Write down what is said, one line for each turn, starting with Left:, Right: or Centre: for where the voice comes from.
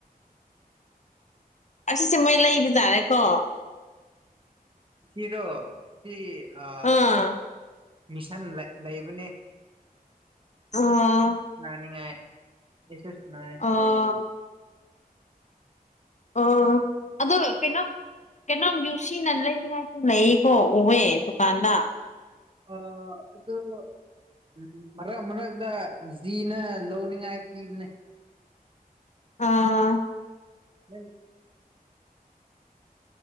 Left: ꯑꯁꯤꯁꯦ ꯃꯣꯏ ꯂꯩꯕ ꯇꯥꯔꯦꯀꯣ
Right: ꯁꯤꯔꯣ ꯁꯤ ꯑ
Left: ꯑꯥ
Right: ꯃꯤꯁꯟ ꯂꯩꯕꯅꯦ
Left: ꯑꯣ
Right: ꯁꯅꯤꯡꯉꯥꯏꯁꯨ ꯁ
Left: ꯑꯣ
Right: ꯂꯩ
Left: ꯑꯣ ꯑꯗꯣ ꯀꯩꯅꯣ ꯀꯩꯅꯣ ꯌꯨꯁꯤꯤ ꯅꯦ <inaudible> ꯅ ꯀꯣ ꯎꯦ ꯗꯨꯀꯥꯟꯗ
Right: ꯑ ꯑꯗꯨꯗꯣ ꯎꯝ ꯃꯔꯛ ꯃꯔꯛꯇ ꯖꯤꯅ ꯂꯧꯅꯤꯉꯥꯏ ꯄꯤꯕꯅꯦ
Left: ꯑꯥ <unintelligible> <inaudible>
Right: ꯎꯝ <inaudible> <unintelligible>